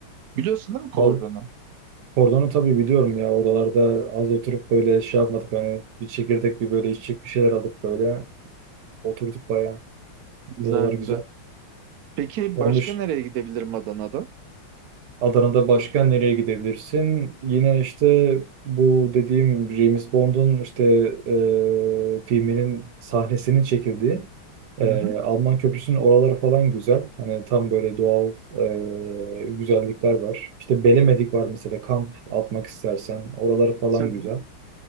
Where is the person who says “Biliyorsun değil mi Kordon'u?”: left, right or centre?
Right